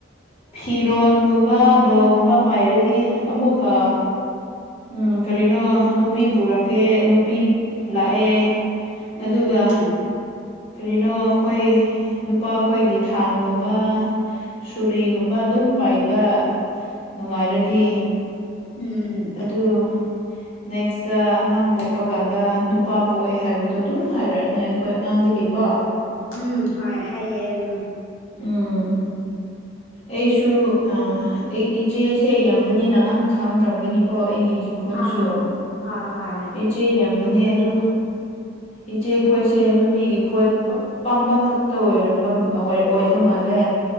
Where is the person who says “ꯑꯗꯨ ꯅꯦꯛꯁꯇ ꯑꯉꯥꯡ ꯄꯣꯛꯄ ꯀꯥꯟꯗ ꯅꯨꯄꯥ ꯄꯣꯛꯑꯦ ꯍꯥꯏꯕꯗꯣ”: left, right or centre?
Left